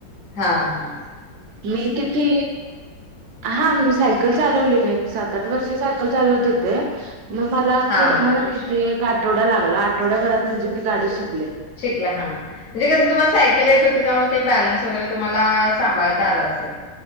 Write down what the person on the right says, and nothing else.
मी किती हां मी सायकल चालवली मी एक सात आठ वर्ष सायकल चालवत होते. मग मला
क
मला किती एक आ ठवडा लागला आठवड्याभरात म्हणजे मी गाडी शिक